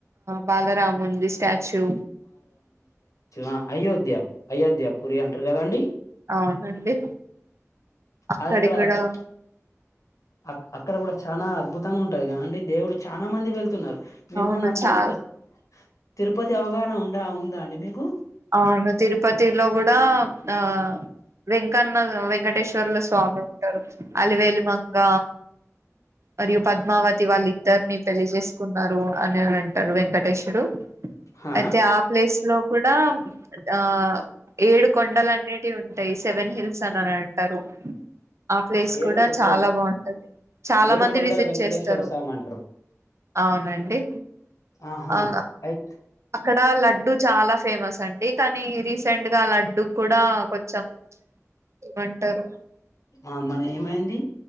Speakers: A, on the right; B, on the left.
A: బాలరా ముంది స్టాచూ
B: అ అయోధ్యా అయోధ్యా పూరి అంటారు కదాండి
A: అవునండి అక్కడి
B: ఆ అక్కడ
A: కూడా
B: అక్కడ అ అక్కడ కూడా చనా అద్భుత అత్తంగా ఉంటారు కాండి దేవుడు చాలా మంది వెళ్తున్నారు దిగుమనా
A: అవును చా
B: తిరుపత్ తిరుపతి అవగాహన ఉండా ఉందా అండి మీకు
A: అవును తిరుపతిలో కూడా ఆ వెంకన్న వెంకటేశ్వరుల స్వామి ఉంటారు అలివేలి మంగ మరియు పద్మావతి వాళ్ళ ఇద్దరుని పెళ్ళి జేసుకున్నారు అని అంటారు వెంకటేశ్వడు
B: హా
A: అయితే ఆ ప్లేస్ లో కూడా ఆ ఏడు కొండలు అన్నిటివి ఉంటాయి సెవెన్ హిల్స్ అనిని అంటారు ఆ ప్లేస్
B: ఏడు
A: కూడా
B: కొండలు
A: చాలా బాగుంటుది చాలా
B: ఏడు
A: మంది
B: కొండల
A: విజిట్
B: వెంకటేశ్వర
A: చేస్తారు
B: స్వామి అంటారు
A: అవునండి
B: ఆహా
A: అవును
B: అయి
A: అక్కడ లడ్డు చాలా ఫేమస్ అండి కానీ రీసెంట్ గా లడ్డు కూడా కొంచెం ఏమంటారు
B: ఆ మన ఏమైంది